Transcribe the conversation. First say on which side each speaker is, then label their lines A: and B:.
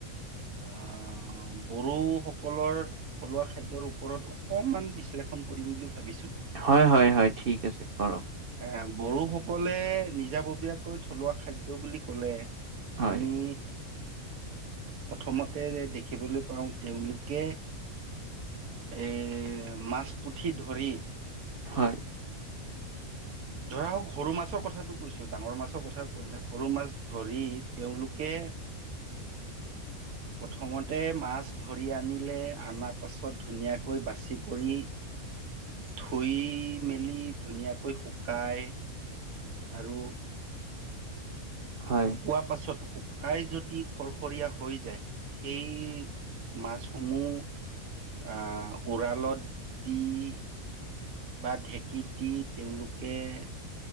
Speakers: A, on the right; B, on the right.
A: আহ, বড়ো সকলৰ থলুৱা খাদ্যৰ ওপৰত অকমান বিশ্লেষণ কৰিম বুলি ভাবিছো।
B: হয়, হয়, হয় ঠিক আছে, কৰক।
A: এ, বড়োসকলে, নিজাববীয়াকৈ থলুৱা খাদ্য বুলি কলে
B: হয়,
A: আমি প্ৰথমতে দেখিবলৈ পাওঁ, তেওঁলোকে এ মাছ পুঠি ধৰি
B: হয়।
A: ধৰক সৰু মাছৰ কথাটো কৈছো, ডাঙৰ মাছৰ কথা কোৱা নাই। সৰু মাছ ধৰি তেওঁলোকে
B: <inaudible>
A: প্ৰথমতে মাছ ধৰি আনিলে অনাৰ পাছত ধুনীয়াকৈ বাছি কৰি- ধুই মেলি ধুনীয়াকৈ শুকাই- আৰু-
B: হয়,
A: শুকোৱা পাছত- খাই যদি খৰখৰীয়া হৈ যায় সেই মাছসমূহ- আ' উৰালত দি- বা ঢেঁকীত দি তেওঁলোকে-